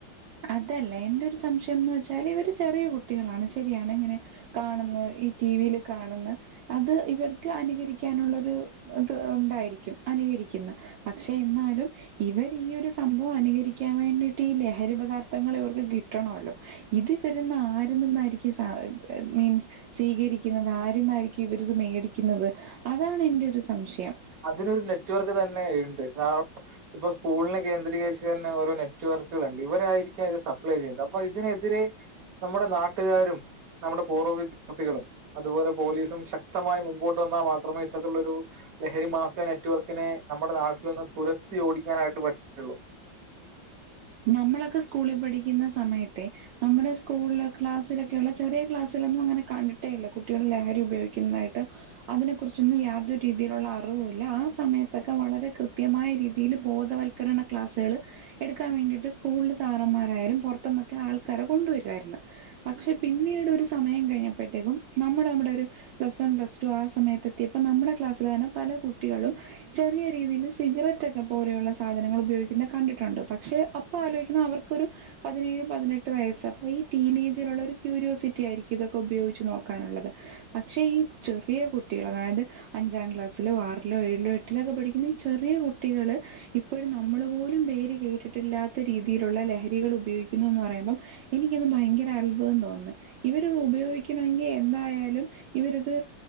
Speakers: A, on the right; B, on the right.
A: അതല്ല എന്റെ ഒരു സംശയംന്ന് വെച്ചാൽ ഇവര് ചെറിയ കുട്ടികളാണ് ശരിയാണ് ഇങ്ങനെ, കാണുന്ന ഈ ടിവിൽ കാണുന്ന അത് ഇവർക്ക് അനുകരിക്കാനുള്ളോരു ഇത് ഉണ്ടായിരിക്കും അനുകരിക്കുന്ന പക്ഷെ എന്നാലും ഇവർ ഈ ഒരു സംഭവം അനുകരിക്കാൻ വേണ്ടിട്ട് ഈ ലഹരി പദാർത്ഥ ത്ഥങ്ങൾ ഇവർക്ക് കിട്ടണല്ലോ ഇത് വരുന്ന ആരന്ന്ന്നായിരിക്കും സാധ മീൻസ് സ്വീകരിക്കുന്നത്, ആരുന്നായിരിക്കും ഇവരത് മേടിക്കുന്നത്, അതാണ് എന്റെ ഒരു സംശയം.
B: അതിനൊരു നെറ്റ് വർക്ക് തന്നെ ഉണ്ട്. പ്പൊ സ്കൂളിനെ കേന്ദ്രീകരിച്ച് തന്നെ ഓരോ നെറ്റ് വർക്കുകളുണ്ട്. ഇവരായിരിക്കാം ഇത് സപ്ലൈ ചെയ്യുന്നത് അപ്പൊ ഇതിനെതിരെ നമ്മുടെ നാട്ടുകാരും നമ്മുടെ പൂർവ്വ വിദ്യാർത്ഥികളും. അതുപോലെ പോലീസും ശക്തമായി മുമ്പോട്ട് വന്നാൽ മാത്രമേ ഇത്തരത്തിലുള്ളൊരു ലഹരി മാഫിയ നെറ്റ് വർക്കിനെ നമ്മുടെ നാട്ടിൽന്ന് തുരത്തി ഓടിക്കാനായിട്ട് പറ്റുള്ളൂ.
A: നമ്മളൊക്കെ സ്കൂളി പഠിക്കുന്ന സമയത്തെ നമ്മുടെ സ്കൂളില് ക്ലാസ്സിലൊക്കെയുള്ള ചെറിയ ക്ലാസ്സിലൊന്നും അങ്ങനെ കണ്ടിട്ടേ ഇല്ല കുട്ടികൾ ലഹരി ഉപയോഗിക്കുന്നതായിട്ട്. അതിനെ കുറിച്ചൊന്നും യാതൊരു രീതിയിലുള്ള അറിവുല്ല. ആ സമയത്തൊക്കെ വളരെ കൃത്യമായ രീതിയിൽ ബോധവൽ കരണ ക്ലാസ്സുകൾ എടു ക്കാൻ വേണ്ടിട്ട് സ്കൂള സാറന്മാരായാലും പുറത്ത്ന്നൊക്കെ ആൾക്കാരെ കൊണ്ടുവരുവായിരുന്നു. പക്ഷെ പിന്നീട് ഒരു സമയം കഴിഞ്ഞപ്പോഴത്തേക്കും നമ്മള് നമ്മുടെ ഒരു പ്ലസ് വൺ പ്ലസ് ടു ആ സമയത്ത് എത്തിയപ്പ നമ്മുടെ ക്ലാസ്സില് തന്നെ പല കുട്ടികളും ചെറിയ രീതിയിൽ സിഗരറ്റൊക്കെ പോലെയുള്ള സാധനങ്ങൾ ഉപയോഗിക്കുന്ന കണ്ടിട്ടുണ്ട് പ ക്ഷെ അപ്പ ആലോയ്ക്കണ അവർക്കൊരു പതിനേഴ് പതിനെട്ട് വയസ്സ് അപ്പ ഈ ടീനേജിലുള്ള ഒരു ക്യൂരിയോസിറ്റി ആയിരിക്കും ഇതൊക്കെ ഉപയോഗിച്ച് നോക്കാനുള്ളത് പക്ഷെ ഈ ചെറിയ കുട്ടികൾ അതായത് അഞ്ചാം ക്ലാസ്സിലോ ആറിലോ ഏഴിലോ എട്ടിലോ ഒക്കെ പഠിക്കുന്ന ഈ ചെറിയ കുട്ടികള് ഇപ്പോഴും നമ്മൾ പോലും പേര് കേട്ടിട്ടില്ലാത്ത രീതിയിലുള്ള ലഹരികൾ ഉപയോഗിക്കുന്നു എന്ന് പറയുമ്പം എനിക്കന്ന് ഭയങ്കര അത്ഭുതം തോന്നുന്നു. ഇവരത് ഉപയോഗിക്കണമെങ്കിൽ എന്തായാലും, ഇവരിത്